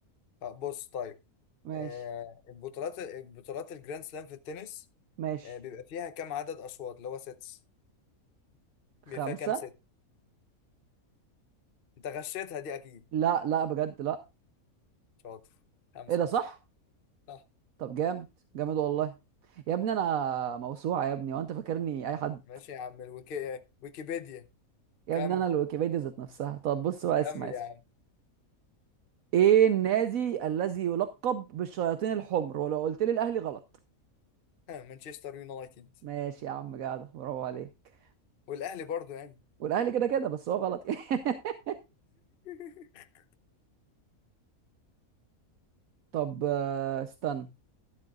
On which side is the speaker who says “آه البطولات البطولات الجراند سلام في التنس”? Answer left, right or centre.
Left